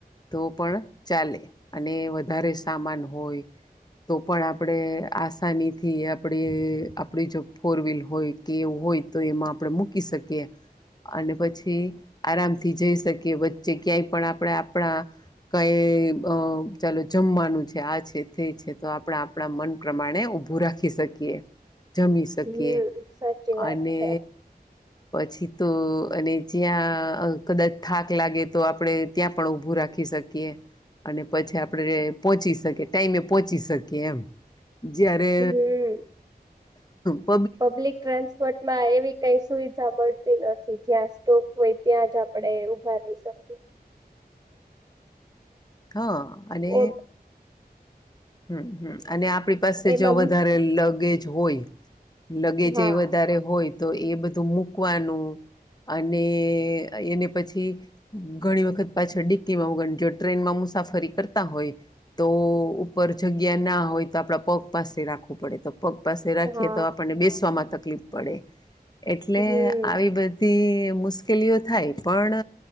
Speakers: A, on the left; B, on the right.
A: તો પણ ચાલે અને વધારે સામાન હોય. તો પણ આપણે આસાનીથી આપણે આપણી જો ફોર <unintelligible> હોય તો એમાં આપણે મૂકી શકીએ. અને પછી આરામથી જઈ શકીએ વચ્ચે ક્યાંય પણ આપણે આપણા <unintelligible> ચાલો જમવાનું છે, આ છે, તે છે, તો આપણા આપણા મન પ્રમાણે ઉભું. રાખી શકીએ જમી શકીએ
B: હમ સાચી
A: અને.
B: વાત છે
A: પછી તો અને જ્યાં કદાચ થાક લાગે તો આપડે ત્યાં પણ ઉભું રાખી શકીએ અને પછી આપણેે પહચી શકીએ ટાઈમે પોહોંચી શકીએ એમ. જ્યારે
B: હમ
A: <inaudible>
B: પબ્લિક ટ્રાન્સપોર્ટમાં એવી કઈ સુવિધા મળતી. નથી જ્યાં સ્ટોક હોય ત્યાં જ આપણેે ઉભારી શકી.
A: હા અને.
B: ઓ
A: હમ હમ અને આપણી પાસે
B: એમાં
A: જો વધારે
B: મુશ
A: લગેજ હોય. લગે
B: હા
A: જે એ વધારે હોય તો એ બધું મૂકવાનું. અને એને પછી ઘણી વખત પાછળ ડિક્કીમાં ઉગ જો ટ્રેન માં મુ. મુસાફરી કરતા હોય તો. પર જગ્યા ના હોય તો આપણા પગ પાસે રાખવું પડે તો પગ પાસે રાખીએ
B: હા
A: તો આપણને બેસવામાં ત. તકલીફ પડે એટલે
B: હમ
A: આવી બધી. મુશ્કેલીઓ થાય પણ.